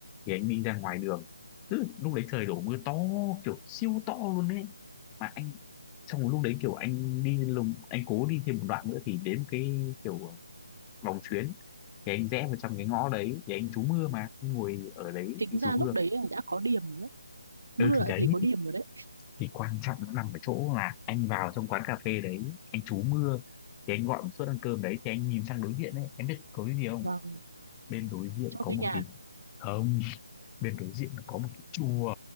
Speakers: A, on the left (about 15°); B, on the right (about 75°).
A: thì anh đi ra ngoài đường Tức lúc đấy trời đổ mưa to kiểu siêu to luôn đấy mà anh xong rồi lúc đấy kiểu anh đi lùng anh cố đi thêm một đoạn nữa thì đến một cái kiểu vòng xuyến thì anh rẽ vào trong cái ngõ đấy thì anh trú mưa mà anh ngồi ở đấy
B: chính
A: anh
B: ra
A: trú mưa
B: lúc đấy là đã có điểm rồi đấy. Mưa
A: ừ thì
B: đã
A: đấy
B: thấy có điểm rồi đấy.
A: thì quan trọng nó nằm ở chỗ là anh vào trong quán cà phê đấy anh trú mưa thì anh gọi một suất ăn cơm đấy thì anh nhìn sang đối diện đấy em biết có cái gì không
B: Vâng,
A: bên đối diện
B: cho
A: có
B: thuê
A: một
B: nhà
A: cái không bên đối diện nó có một cái chùa